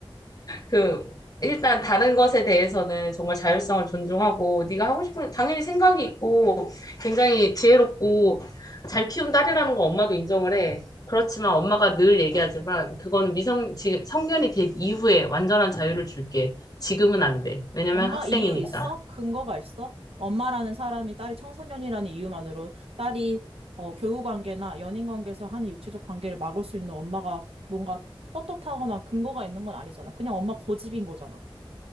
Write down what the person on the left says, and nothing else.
그 일단 다른 것에 대해서는 정말 자율성을 존중하고 네가 하고 싶은 당연히 생각이 있고 굉장히 지혜롭고 잘 키운 딸이라는 거 엄마도 인정을 해. 그렇지만 엄마가 늘 얘기하지만 그건 미성 지금 성년이 된 이후에 완전한 자유를 줄게. 지금은 안 돼. 왜냐면
학생이니까.